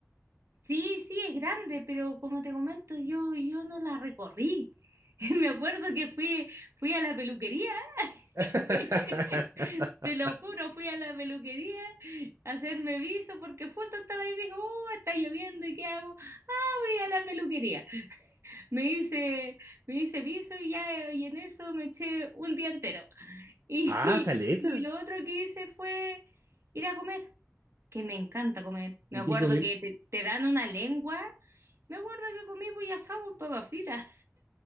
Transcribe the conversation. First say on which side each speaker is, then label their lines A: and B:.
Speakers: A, on the right; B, on the right.
A: Sí, sí, es grande, pero como te comento, yo, yo no la recorrí. <laughs> Me acuerdo que fui, fui a la peluquería
B: <laughs>
A: <laughs> Te lo juro, fui a la peluquería a hacerme viso porque justo estaba ahí y dijo, oh, está lloviendo ¿y qué hago? Ah, voy a la peluquería. Me hice, me hice viso y ya, y en eso me eché un día entero. Y,
B: Ah, caleta.
A: <laughs> y lo otro que hice fue ir a comer, que me encanta comer. Me
B: ¿Y
A: acuerdo
B: qué comí?
A: que te, te dan una lengua. Me acuerdo que comí pollo asado con papas fritas.